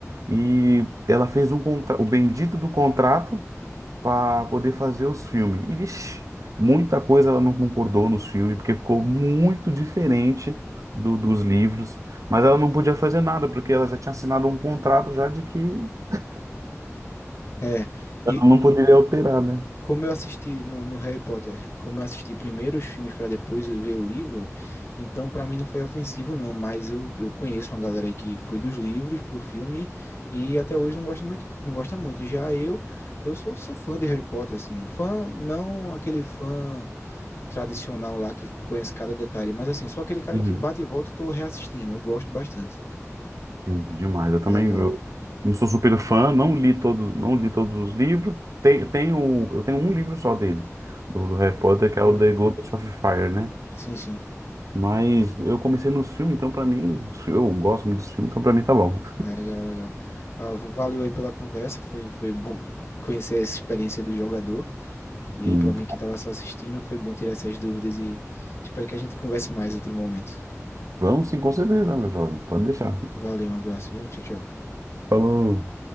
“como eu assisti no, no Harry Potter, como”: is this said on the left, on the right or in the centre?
Left